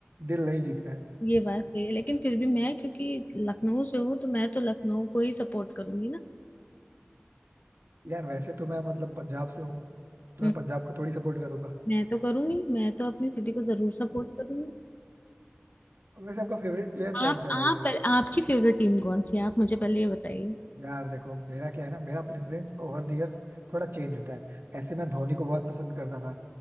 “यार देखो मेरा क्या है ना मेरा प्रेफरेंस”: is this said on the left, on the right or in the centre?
Right